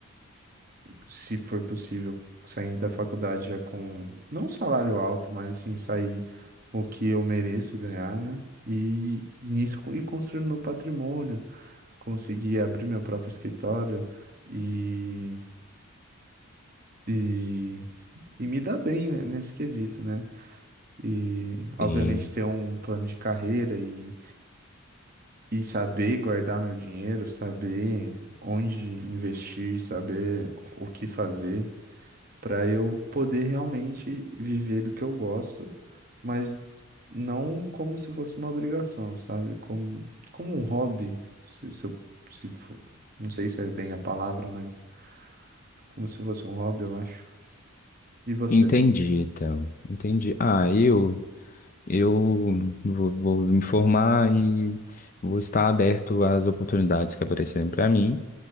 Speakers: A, on the right (about 40°); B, on the left (about 35°).
A: se for possível, sair da faculdade já com não um salário alto, mas assim, sair o que eu mereço ganhar, né? E nisso ir construindo meu patrimônio, conseguir abrir meu próprio escritório e, e, e me dar bem né, nesse quesito, né? E obviamente
B: Sim.
A: ter um plano de carreira e E saber guardar meu dinheiro, saber onde investir, saber o que fazer, para eu poder realmente viver do que eu gosto, mas não como se fosse uma obrigação, sabe? Como, como um hobby, se, se eu, se for- não sei se é bem a palavra, mas como se fosse um hobby, eu acho. E você?
B: Entendi, então. Entendi. Ah, eu, eu vou, vou me formar e vou estar aberto às oportunidades que aparecerem para mim.